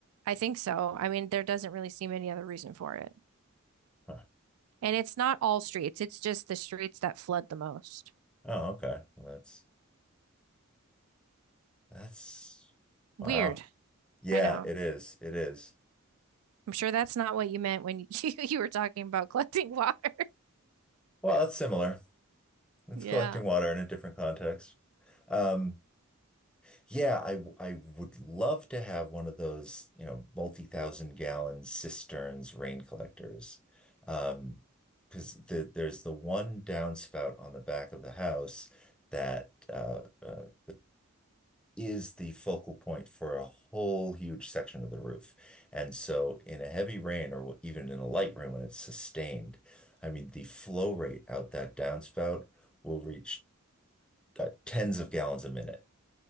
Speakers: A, on the right (about 80°); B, in the centre.
A: I think so. I mean, there doesn't really seem any other reason for it.
B: Huh.
A: And it's not all streets, it's just the streets that flood the most.
B: Oh, okay. Well, that's that's
A: Weird.
B: wow. Yeah,
A: I know.
B: it is. It is.
A: I'm sure that's not what you meant when you, <laughs> you were talking about collecting water.
B: Well, it's similar. It's
A: Yeah.
B: collecting water in a different context. Um, yeah, I I would love to have one of those, you know, multi-thousand gallon cisterns rain collectors. Um, because the, there's the one downspout on the back of the house that uh, uh, the is the focal point for a whole huge section of the roof. And so, in a heavy rain or even in a light rain when it's sustained, I mean, the flow rate out that downspout will reach uh, tens of gallons a minute.